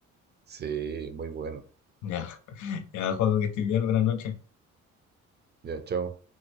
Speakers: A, on the right (about 35°); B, on the left (about 75°).
A: sí, muy bueno,
B: Ya, <laughs> ya, Joaco, que estés bien, buenas noches.
A: ya, chao.